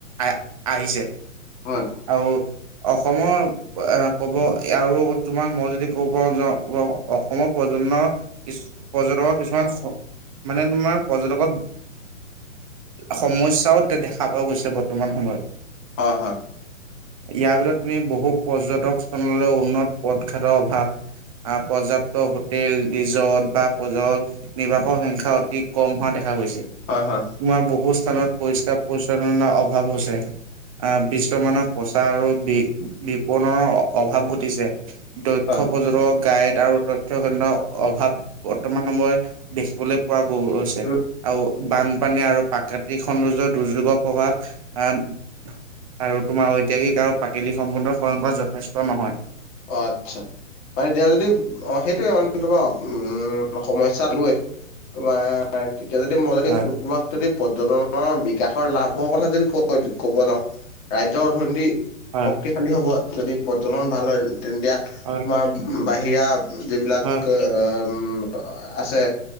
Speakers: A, on the right (about 25°); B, on the left (about 25°).
A: আহ আহিছে
B: হয়
A: আও অসমৰ কব আৰু তোমাৰ মই যদি ক পৰা যাওঁ অসমৰ প্ৰজন্ম পৰ্যটকৰ কিছুমান মানে তোমাৰ পৰ্যটকত সমস্যাও দেখা পোৱা গৈছে বৰ্তমান সময়ত
B: হয় হয়
A: ইয়াৰ ভিতৰত তুমি বহুত পৰ্যটক স্থললৈ উন্নত পদঘাতৰ অভাৱ পৰ্যাপ্ত হোটেল ৰিজৰ্ট বা পজত নিবাসৰ সংখ্যা অতি কম হোৱা দেখা গৈছে।
B: হয় হয়
A: তোমাৰ বহু স্থানত পৰিষ্কাৰ পৰিচ্ছন্নাৰ অভাৱ হৈছে। আহ বিশ্বমানৰ প্ৰচাৰ আৰু বি বিপণনৰ অভাৱ ঘটিছে
B: হয়
A: উক্ষ পৰ্যটক গায়ত আৰু তথ্য কেন্দ্ৰ অভাৱ বৰ্তমান সময় দেখিবলৈ পোৱা গৈছে
B: উম,
A: আও বানপানী আৰু প্ৰাকৃতিক সৌন্দৰ্যৰ, দুৰ্যোগৰ প্ৰভাৱ আন আৰু তোমাৰ ঐতিহাসিক আৰু প্ৰাকৃতিক সম্পদৰ খনল কৰা <unintelligible> যথেষ্ট নহয়।
B: অ', আচ্ছা, মানে এতিয়া যদি অ', সেইটোয়ে মানে তোমাৰ উম সমস্যাত গৈ তোমাৰ তেতিয়া যদি মই যদি
A: হয়
B: তোমাক যদি পৰ্যটনৰ বিকাশৰ লাভ হোৱা কথা যদি ক ক'ব যাওঁ ৰাজ্যৰ অৰ্থনীতি
A: হয়
B: শক্তিশালী হ'ব যদি পৰ্যটন ভাল হয় তেনতিয়া
A: হয়
B: তোমাৰ বাহিৰা যিবিলাক
A: হয়
B: অ', উম আছে